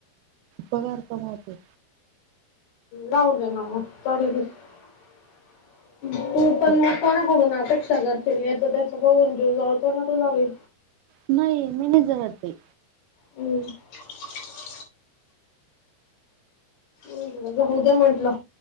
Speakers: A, on the right; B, on the left.
A: पगार कमवते.
B: राहू दे ना मग तरिबी. <inaudible> तू पण
A: फक्त
B: मग कोणाला म्हणून अपेक्षा करशील. याचं त्याचा बघून जीव जाळतो ना तुझा बी.
A: नाही, मी नाही जळतं बाई.
B: हम् <inaudible> <inaudible> होऊ दे म्हटलं.